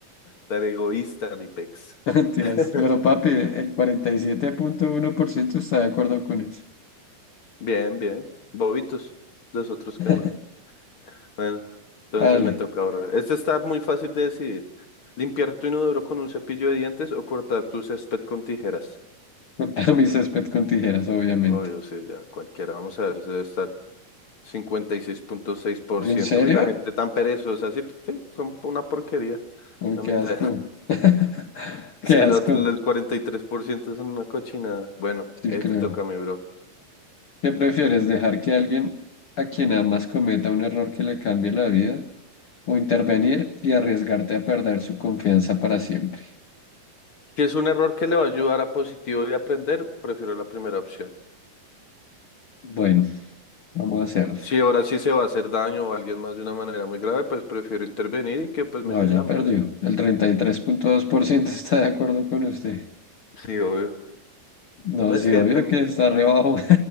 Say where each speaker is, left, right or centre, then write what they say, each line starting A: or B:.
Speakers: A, on the left; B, on the left.
A: Tan egoísta, mi pex.
B: Mentiras.
A: <laughs>
B: Pero papi, el cuarenta y siete punto uno por ciento está de acuerdo con eso.
A: Bien, bien. Bobitos. Los otros que no.
B: <laughs>
A: Bueno, entonces
B: Dale.
A: me toca, brother. Este está muy fácil de decidir. ¿Limpiar tu inodoro con un cepillo de dientes o cortar tu césped con tijeras?
B: Cortar <laughs> mi césped con tijeras, obviamente.
A: Obvio, sí, ya cualquiera. Vamos a ver, se debe estar cincuenta y seis seis punto seis por
B: ¿En
A: ciento.
B: serio?
A: Uy, la gente tan perezosa, sí, sí, son una porquería.
B: Uy,
A: La
B: qué
A: mitad.
B: asco. <laughs> Qué
A: Sí,
B: asco.
A: la otra- el 43% es una cochinada. Bueno,
B: Sí,
A: eh,
B: creo.
A: te toca a mí, bro.
B: ¿Qué prefieres, dejar que alguien a quien amas cometa un error que le cambie la vida o intervenir y arriesgarte a perder su confianza para siempre?
A: Si es un error que le va a ayudar a positivo y aprender, prefiero la primera opción.
B: Bueno, vamos a hacerle.
A: Si ahora sí se va a hacer daño a alguien más de una manera muy grave, pues prefiero intervenir y que pues
B: No,
A: me lleve
B: ya
A: la
B: perdió.
A: mala.
B: El 33.2% está de acuerdo con usted.
A: Sí, obvio.
B: No,
A: No
B: sí,
A: es que
B: obvio
A: depende.
B: que está re bajo.